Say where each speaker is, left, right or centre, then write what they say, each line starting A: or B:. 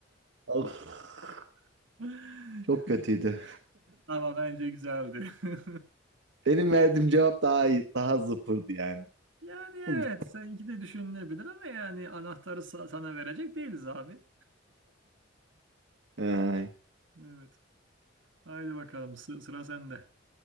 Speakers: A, on the right; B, on the right.
A: Of,
B: <laughs>
A: çok kötüydü.
B: Ama bence güzeldi. <laughs>
A: Benim verdiğim cevap daha iyi, daha zıpırdı yani.
B: Yani evet,
A: <laughs>
B: seninki de düşünülebilir ama yani anahtarı sa- sana verecek değiliz abi.
A: Ay.
B: Evet. Haydi bakalım sı- sıra sende.